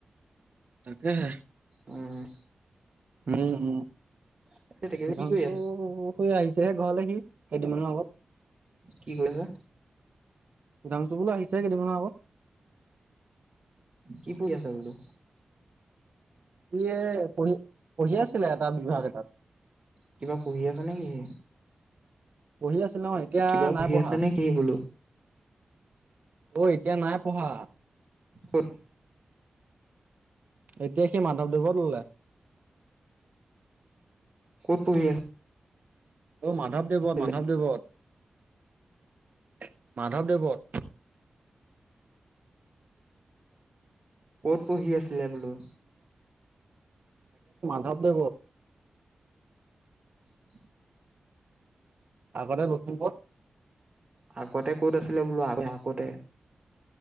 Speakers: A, on the right; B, on the right.
A: তাকেহে
B: উমা
A: উম উম
B: কি
A: সধাংছু
B: কৰি আছা
A: শেই আহিছেহে ঘৰলৈ সি। কেইদিনমানৰ আগত।
B: কি কৰিছা
A: সুধাংশু বোলো আহিছে কেইদিবান আগত।
B: কি কৰিছা বলো?
A: ই পঢ়ি পঢ়ি আছিলে এটা বিভাগ এটাত
B: কিবা পঢ়ি আছা নেকি স
A: পঢ়ি আছিল ন' এতিয়া
B: কিবা
A: নাই
B: পঢ়ি
A: পঢ়া।
B: আছা নে কি বোলো
A: অ' এতিয়া নাই পঢ়া।
B: উ,
A: এতিয়া সি মাধৱদেৱত ললে
B: <inaudible>
A: অ' মাধৱদেৱত
B: আছিলে
A: মাধৱদেৱত মাধৱদেৱত,
B: ক'ত পঢ়ি আছিলে বোলো?
A: ভাবে
B: <unintelligible>
A: আগতে নতুন ক'ত।
B: আগতে ক'ত আছিলে বোলো আ আগতে।